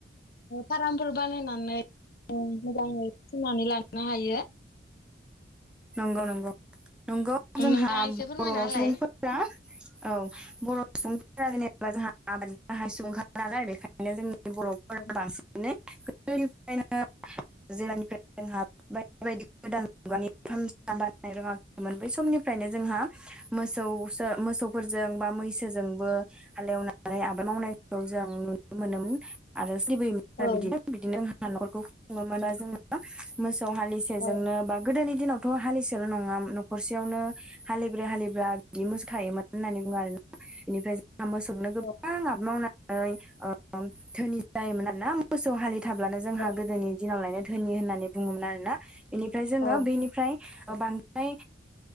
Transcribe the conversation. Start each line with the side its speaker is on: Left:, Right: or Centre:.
Left: फार्मफोर बानायनानै मोजाङै फिनानै लानो हायो
Centre: नंगौ नंगौ नंगौ जोंहा
Left: नोंथाङा एसे
Centre: बर'
Left: फोरमायना होलाय
Centre: सुबुंफोर फोरा औ बर' सुबुंफोरा जेनेबा जोंहा आबादनि गाहाय सुबुं नालाय बेखायनो जोंनि बर'फोरा
Left: औ
Centre: बांसिनै गोदोनिफ्रायनो <unintelligible> निफ्राय जोंहा बायदि बायदि गोदान <unintelligible> बानायनो रोङाखैमोन बै समनिफ्रायनो जोंहा मोसौ मोसौफोरजों बा मैसोजोंबो हालेवनानै आबाद मावनायखौ जों नुनो मोनोमोन आरो सोलिबोयोमोन आरो
Left: औ
Centre: बिदिनो बिदिनो जोंहा नखरखौ खुङोमोन आरो जोङो मोसौ हालिसेजोंनो
Left: औ
Centre: बा गोदोनि दिनावथ' हालिसेल' नङा न'खरसेयावनो हालिब्रै हालिबा बिदि मोसौ थायोमोन होननानै बुङो आरोना बेनिफ्राय जों मोसौनो गोबां
Left: औ
Centre: आबाद मावनानै धोनि जायोमोन आरोना मोसौ हालि थाब्लानो जोंहा
Left: औ
Centre: गोदोनि दिनाव लायनो धोनि होननानै बुङोमोन आरोना बेनिफ्राय जोङो
Left: औ
Centre: बेनिफ्राय बांद्राय